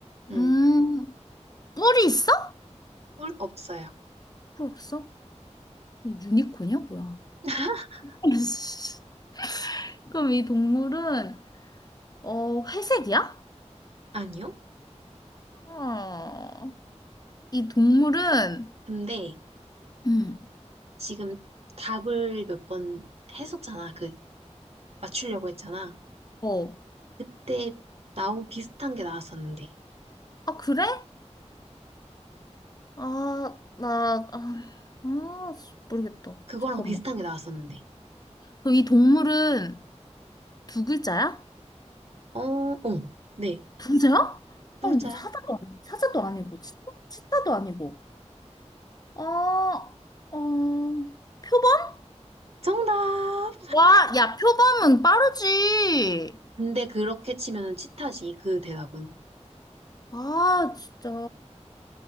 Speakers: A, on the right; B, on the left.
A: 음.
B: 음, 뿔이 있어?
A: 꿀 없어요.
B: 뿔 없어? 유니콘이야, 뭐야?
A: <laughs>
B: <laughs> 그럼 이 동물은, 어, 회색이야?
A: 아니요?
B: 어, 이 동물은,
A: 근데
B: 음,
A: 지금 답을 몇 번 했었잖아. 그 맞추려고 했잖아.
B: 어,
A: 그때 나온 비슷한 게 나왔었는데.
B: 아, 그래? 아, 나, 아, 아, 씨, 모르겠다.
A: 그거랑
B: 잠깐만.
A: 비슷한 게 나왔었는데.
B: 그럼 이 동물은 두 글자야?
A: 어, 어. 네.
B: 부자야?
A: 뿔자야.
B: 아니, 사자도 아니- 사자도 아니고 치타, 치타도 아니고. 어, 어, 표범?
A: 정답!
B: 와, 야, 표범은 빠르지.
A: 근데 그렇게 치면은 치타지, 그 대답은.
B: 아, 진짜.